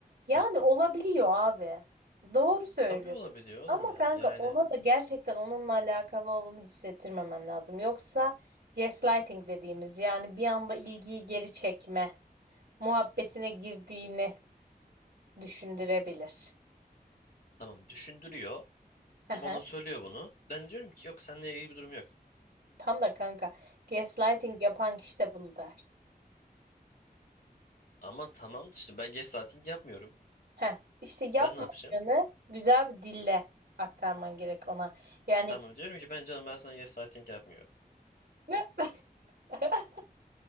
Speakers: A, on the right; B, on the left.
A: yani
B: Hı.
A: olabiliyor abi. Doğru söylüyorsun.
B: Tabii olabiliyor oğlum
A: Ama
B: ya
A: kanka
B: yani.
A: ona da gerçekten onunla alakalı olduğunu hissettirmemen lazım. Yoksa gaslighting dediğimiz yani bir anda ilgiyi geri çekme muhabbetine girdiğini düşündürebilir.
B: Tamam düşündürüyor.
A: Hı
B: O
A: hı.
B: bana söylüyor bunu. Ben diyorum ki yok seninle ilgili bir durum yok.
A: Tam da kanka gaslighting yapan kişi de bunu der.
B: Ama tamam işte ben gaslighting yapmıyorum.
A: Heh, işte yapmadığını
B: Ben ne yapacağım?
A: güzel bir dille aktarman gerek ona. Yani
B: Tamam diyorum ki ben canım ben sana gaslighting yapmıyorum.
A: "Mö." <laughs>